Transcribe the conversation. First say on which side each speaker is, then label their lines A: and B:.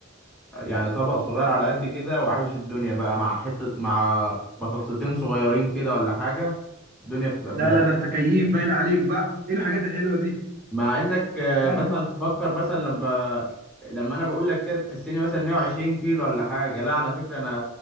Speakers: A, in the centre; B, on the right (about 45°).
A: آه، يعني طبق صغير على قد كده وعايش الدنيا بقى مع حته مع بطاطستين صغيرين كده ولا حاجه الدنيا بتبقى في
B: ده
A: اللذيذ
B: لا ده انت كيف باين عليك بقى ايه الحاجات الحلوه دي
A: مع انك آه،
B: خل...
A: مثلا تفكر مثلا لما لما انا بقول لك كده تحسني مثلا 120 كيلو ولا حاجه لا على فكره انا